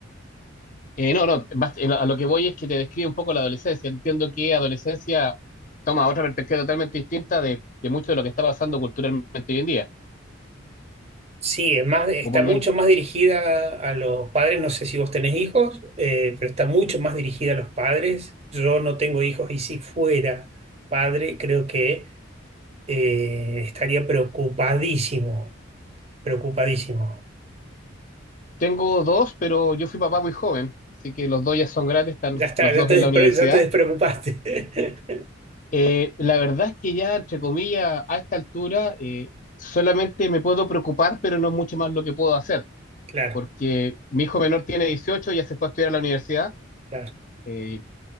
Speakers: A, on the left (about 40°); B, on the right (about 30°).
A: Eh, no, no, bas- eh, a lo que voy es que te describe un poco la adolescencia. Entiendo que adolescencia toma otra perspectiva totalmente distinta de, de mucho de lo que está pasando culturalmente hoy en día.
B: Sí, es más, está
A: O por
B: mucho
A: lo menos
B: más dirigida a los padres, no sé si vos tenés hijos, eh, pero está mucho más dirigida a los padres. Yo no tengo hijos y si fuera padre, creo que eh, estaría preocupadísimo, preocupadísimo.
A: tengo dos, pero yo fui papá muy joven, así que los dos ya son grandes, están
B: Ya está,
A: los
B: ya
A: dos
B: te
A: en
B: despre-
A: la universidad.
B: ya te despreocupaste. <laughs>
A: Eh, la verdad es que ya, entre comillas, a esta altura eh, solamente me puedo preocupar, pero no es mucho más lo que puedo hacer,
B: Claro,
A: porque mi hijo menor tiene 18, ya se fue a estudiar a la universidad.
B: claro,
A: eh,